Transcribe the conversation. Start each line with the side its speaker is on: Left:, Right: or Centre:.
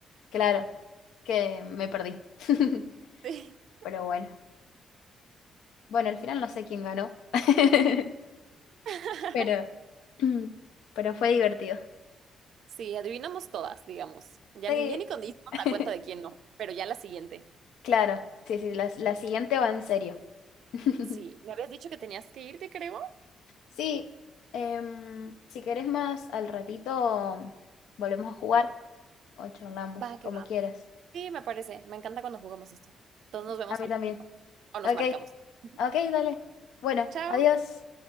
Left: claro, que me perdí. <laughs>
Right: Sí.
Left: Pero bueno, bueno, al final no sé quién ganó. <laughs>
Right: <laughs>
Left: Pero, <clears throat> pero fue divertido.
Right: Sí, adivinamos todas, digamos. Ya,
Left: Sí,
Right: ya ni con dimos
Left: <laughs>
Right: la cuenta de quién no, pero ya la siguiente.
Left: claro, sí, sí, la, la siguiente va en serio. <laughs>
Right: Sí, me habías dicho que tenías que irte, creo.
Left: Sí, em, si querés más al ratito, volvemos a jugar o charlamos,
Right: Va, que
Left: como
Right: va.
Left: quieras.
Right: Sí, me parece. Me encanta cuando jugamos esto. Entonces nos vemos
Left: A mí
Right: al
Left: también.
Right: ratito. O nos
Left: Ok,
Right: marcamos. Ujú.
Left: ok, dale. Bueno,
Right: Chao.
Left: adiós.